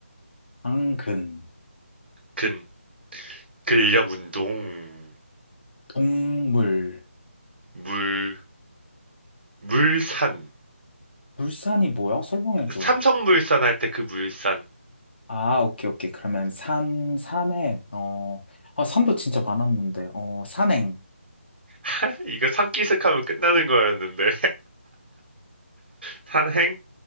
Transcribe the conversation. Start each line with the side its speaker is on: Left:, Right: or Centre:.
Left: 당근,
Right: 근, 근력 운동,
Left: 동물.
Right: 물, 물산,
Left: 물산이 뭐야? 설명해줘.
Right: 삼성물산 할 때 그 물산,
Left: 아, 오케이, 오케이. 그러면 산, 산행, 어, 아, 산도 진짜 많았는데, 어, 산행.
Right: <laughs> 이거 산기슭하면 끝나는 거였는데 <laughs> 산행